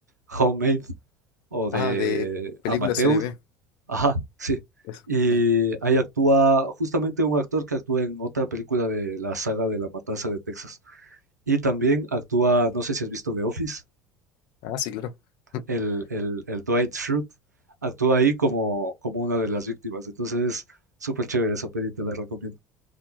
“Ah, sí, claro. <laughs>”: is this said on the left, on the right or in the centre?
Left